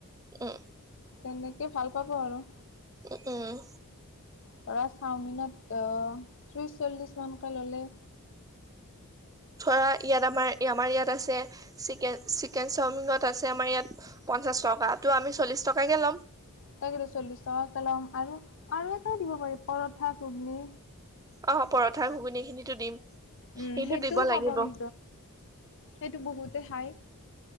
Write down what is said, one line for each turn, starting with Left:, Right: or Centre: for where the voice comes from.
Right: উম।
Left: তেনেকে ভাল পাব আৰু।
Right: উম, উম।
Left: ধৰা চাওমিনত ত্ৰিশ চল্লিছ মানকৈ ল'লে।
Right: ধৰা ইয়াত আমাৰ আমাৰ ইয়াত আছে চিকেন চিকেন চাওমিনত আছে আমাৰ ইয়াত পঞ্চাশ টকা তে আমি চল্লিশ টকাকে ল'ম।
Left: তাকেইটা চল্লিছ টকাকৈ ল'ম আৰু এটাইও দিব পাৰি পৰঠা ঘুগনি।
Right: অ', পৰঠা ঘুগুনীখিনিতো দিম।
Left: উম,
Right: কিন্তু
Left: সেইটোও
Right: দিব লাগিব
Left: সাবমণ সেইটো বহুতে খাই।